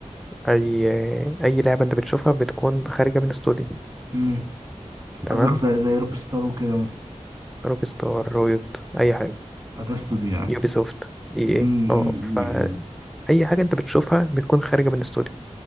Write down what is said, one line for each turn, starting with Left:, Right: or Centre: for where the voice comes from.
Centre: اي اي لعبه انت بتشوفها بتكون خارجه من استوديو
Right: امم
Centre: تمام
Right: قصدك زي زي روك ستار وكده مثلا
Centre: روك ستار رويوت اي حاجه
Right: فده استوديو يعني
Centre: يوبي سوفت اي ايه
Right: امم أمم،
Centre: اه فاي
Right: أمم، أمم.
Centre: حاجه انت بتشوفها بتكون خارجه من استوديو